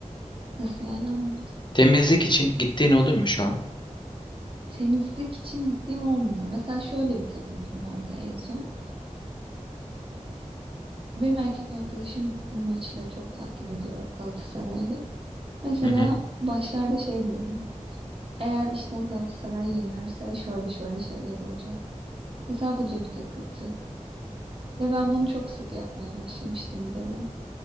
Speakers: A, on the right; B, on the left.
A: nasıl yani anlamadım.
B: Temizlik için gittiğin oluyor mu şu an?
A: Temizlik için gittiğim olmuyor. Mesela şöyle bir takıntım vardı en son. Benim erkek arkadaşım maçları çok takip ediyor Galatasaray'da. Mesela
B: Hı
A: başlarda şey diyordum. Eğer işte Galatasaray yenerse şöyle şöyle şeyler olacak. Mesela bu da bir takıntı. Ve ben bunu çok sık yapmaya başlamıştım bir dönem.